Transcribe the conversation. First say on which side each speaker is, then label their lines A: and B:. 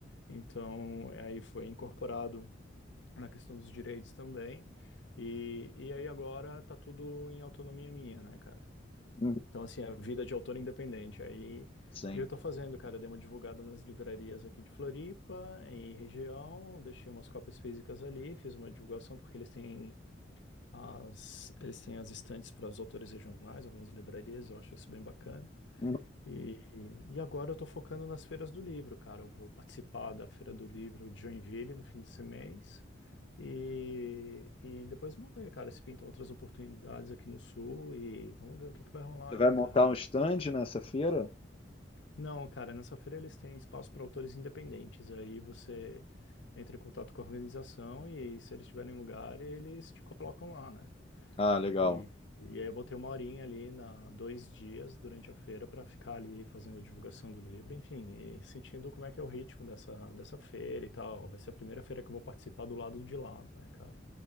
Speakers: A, on the left; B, on the left.
A: Então, aí foi incorporado na questão dos direitos também. E, e aí agora tá tudo em autonomia minha, né, cara?
B: Uhum.
A: Então, assim, a vida de autor independente. Aí,
B: Sim.
A: o que eu tô fazendo, cara? Eu dei uma divulgada nas livrarias aqui de Floripa e região, deixei umas cópias físicas ali, fiz uma divulgação porque eles têm as, eles têm as estantes para os autores regionais, algumas livrarias, eu acho isso bem bacana.
B: Uhum.
A: E, e agora eu tô focando nas feiras do livro, cara. Eu vou participar da Feira do Livro de Joinville no fim desse mês. E, e depois vamos ver, cara, se pintam outras oportunidades aqui no Sul e vamos ver o que que vai rolar
B: Você
A: aí,
B: vai montar
A: cara.
B: um stand nessa feira?
A: Não, cara, nessa feira eles têm espaço para autores independentes. Aí você entra em contato com a organização e se eles tiverem lugar, eles te colocam lá, né?
B: Ah, legal.
A: E, e aí eu vou ter uma horinha ali, na, dois dias durante a feira para ficar ali fazendo a divulgação do livro, enfim, e sentindo como é que é o ritmo dessa, dessa feira e tal. Vai ser a primeira feira que eu vou participar do lado de lá, né, cara?